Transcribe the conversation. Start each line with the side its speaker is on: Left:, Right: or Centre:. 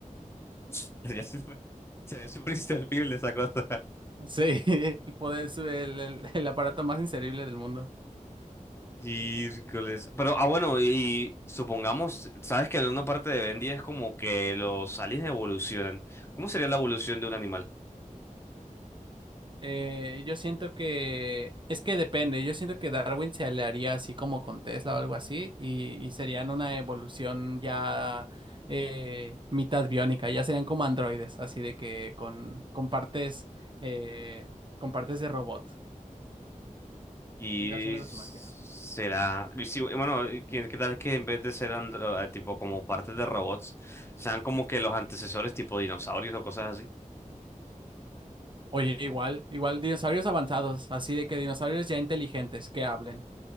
Left: <laughs> Sería súper sería súper inservible esa cosa.
Right: Sí, <laughs> el poder, su- el, el el aparato más inserible del mundo.
Left: Y, pero, ah, bueno, y supongamos, sabes que en una parte de Bendy es como que los aliens evolucionan. ¿Cómo sería la evolución de un animal?
Right: Eh, yo siento que es que depende, yo siento que Darwin se aliaría así como con Tesla o algo así y, y serían una evolución ya eh, mitad biónica, ya serían como androides, así de que con, con partes, eh, con partes de robot,
Left: Y
Right: Sí, así me los
Left: será,
Right: imagino.
Left: y si- bueno, y ¿qué, qué tal que en vez de ser andro- eh, tipo como partes de robots, sean como que los antecesores tipo dinosaurios o cosas así?
Right: Oye, igual, igual dinosaurios avanzados, así de que dinosaurios ya inteligentes que hablen,